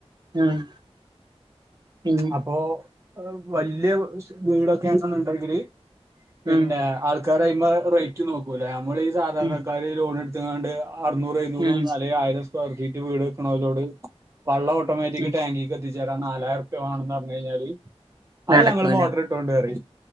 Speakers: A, on the right; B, on the right.
A: ആഹ് പിന്നെ
B: അപ്പോ വല്യ വീടൊക്കെ ആണ്ന്നുണ്ടെങ്കില്. പിന്നെ
A: ഉം
B: ആൾക്കാര് അഴിമെ റെയ്റ്റ് നോക്കൂല്ല. നമ്മൾ ഈ സാധാരണക്കാര്
A: ഉം
B: ലോൺ ഇടു റ്റ്കാണ്ട് അറുന്നൂറ് എഴുന്നൂറും
A: ഉം ഉം
B: അല്ലെ ആയിരം സ്ക്വയർ ഫീറ്റ് വീട് വെക്ക് ണോലോട് വള്ളം ഓട്ടോമേറ്റിക്
A: ഉം ഉം
B: ടാങ്കിക്ക് എത്തിച്ചേരാം നാലായിരറ്പ്യ മാണംന്ന് പറഞ് കഴിഞ്ഞാല് അത്
A: നടക്കൂല
B: ഞങ്ങള് മോട്ടറ് ഇട്ടോണ്ട് പ റിം.